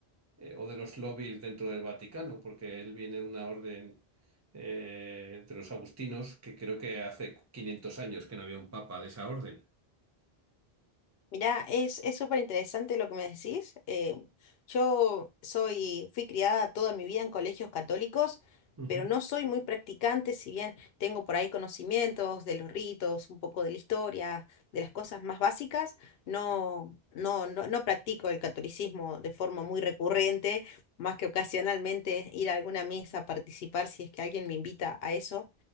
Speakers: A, on the right; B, on the left.
A: eh, o de los lobbies dentro del Vaticano, porque él viene de una orden eh, de los agustinos que creo que hace quinientos años que no había un papa de esa orden.
B: Mirá, es, es súper interesante lo que me decís. Eh, yo soy, fui criada toda mi vida en colegios católicos,
A: Ujú,
B: pero no soy muy practicante, si bien tengo por ahí conocimientos de los ritos, un poco de la historia, de las cosas más básicas, no, no, no, no practico el catolicismo de forma muy recurrente, más que ocasionalmente ir a alguna misa a participar si es que alguien me invita a eso.